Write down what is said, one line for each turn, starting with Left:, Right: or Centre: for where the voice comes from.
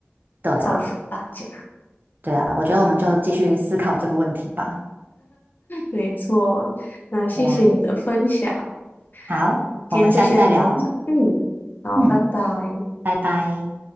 Right: 对啊。
Left: 造福大家。
Right: 对啊，我觉得我们就继续思考这个问题吧。
Left: 没错，那谢谢你的分享，
Right: 对啊，好，
Left: 今天就先到这。
Right: 我们下次再聊。
Left: 嗯，好，
Right: 嗯，
Left: 拜拜。
Right: 拜拜。